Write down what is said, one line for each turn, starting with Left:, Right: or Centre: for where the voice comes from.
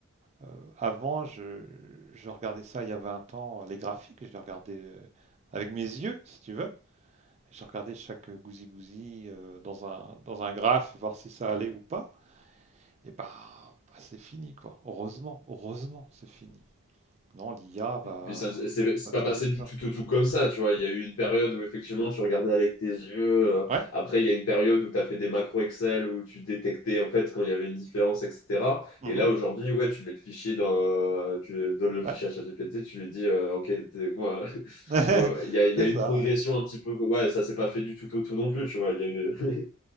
Right: euh, avant, je, je regardais ça il y a 20 ans, les graphiques, je les regardais euh, avec mes yeux, si tu veux. J'ai regardé chaque gousi-gousi euh, dans un, dans un graphe, voir si ça allait ou pas. Et bah, bah, c'est fini, quoi. Heureusement, heureusement, c'est fini. Non, l'IA va,
Left: Puis ça, c'est c'est- c'est
Right: va
Left: pas
Right: trier
Left: passé
Right: tout
Left: du
Right: ça.
Left: tout au tout comme ça, tu vois. Il y a eu une période où effectivement tu regardais avec tes yeux. euh,
Right: Ouais,
Left: Après, il y a une période où tu as fait des macros Excel où tu détectais en fait quand il y avait une différence, etc.
Right: mhm,
Left: Et là aujourd'hui, ouais, tu mets le fichier dans, tu donnes le
Right: ouais,
Left: fichier à ChatGPT, tu lui dis, euh, ok, t'es- moi. <laughs>
Right: <laughs>
Left: Donc, il y a, il y
Right: c'est
Left: a une
Right: ça,
Left: progression
Right: ouais.
Left: un petit peu. Ouais, ça s'est pas fait du tout au tout non plus, tu vois. Il y a eu. <laughs>
Right: Mm.